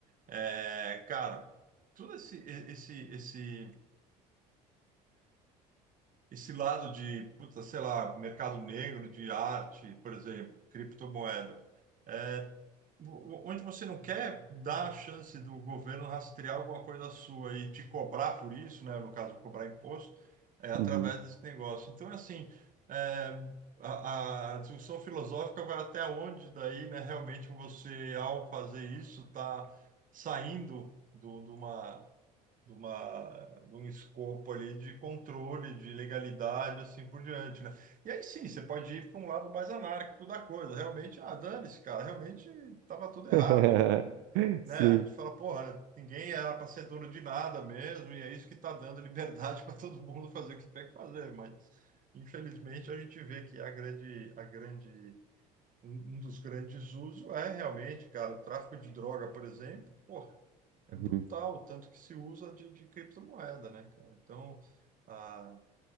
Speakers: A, on the right; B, on the right.
A: É, cara, todo esse, esse, esse, esse lado de, puta, sei lá, mercado negro de arte, por exemplo, criptomoeda, é, o- onde você não quer dar a chance do governo rastrear alguma coisa sua e te cobrar por isso, né, no caso, cobrar imposto, é através
B: Uhum.
A: desse negócio. Então, assim, é, a, a discussão filosófica vai até onde daí, né, realmente você, ao fazer isso, está saindo do, de uma de uma, de um escopo ali de controle, de legalidade, assim por diante, né? E aí sim, você pode ir para um lado mais anárquico da coisa. Realmente, ah, dane-se, cara, realmente estava tudo errado,
B: <laughs>
A: né?
B: Sim.
A: A gente fala, porra, ninguém era para ser dono de nada mesmo, e é isso que está dando liberdade <laughs> para todo mundo fazer o que tiver que fazer, mas infelizmente a gente vê que a grande, a grande Um um dos grandes usos é realmente, cara, o tráfico de droga, por exemplo. Pô, é
B: Uhum.
A: brutal, tanto que se usa de, de criptomoeda, né, cara? Então, a,